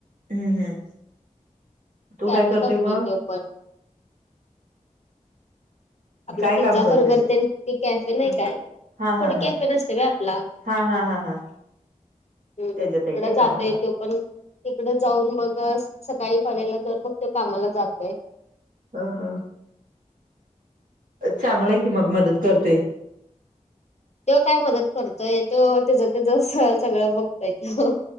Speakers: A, on the right; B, on the left.
A: हम्म हम्म तू
B: कॅफेेत
A: काय करतोय
B: आसतोय
A: मग
B: तो पण. आपलं
A: काय
B: पिझ्झा
A: काम करतोय?
B: बर्गर तेन ते कॅफे नाही
A: हा
B: काय.
A: हा हा
B: फुड
A: हा
B: कॅफे नसतय वय आपला.
A: हा हा हा हा.
B: हम्म
A: त्याच्यात
B: तिकड
A: आहे काय
B: जातोय
A: कामाला
B: तो पण, तिकड जाऊन मगच सकाळी कॉलेजला जाउन मग तो कामाला जातोय.
A: ह ह चांगल आहे की मग, मदत करतोय.
B: तो काय मदत करतोय. तो त्याच त्याच सगळं बघतोय तो.